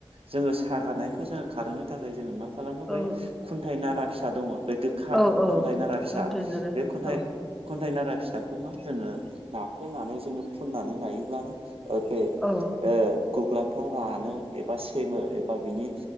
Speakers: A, on the right (about 80°); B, in the centre.
A: जोङो सागारनायखौ जोङो खारहोनो थाखाय जोङो मा खालामो
B: औ
A: बै खुन्थाइ नारा फिसा दङ बे गोखा
B: औ औ
A: खुन्थाइ नारा फिसा
B: कन्टेनार
A: बे खुन्थाइ
B: औ
A: खन्थाइ नारा फिसाखौ मा जोङो नाफोनानै जोङो फुननानै लायोब्लानो बे
B: औ
A: ओ गुग्लाफ्रा रानो एबा सेमो एबा बिनि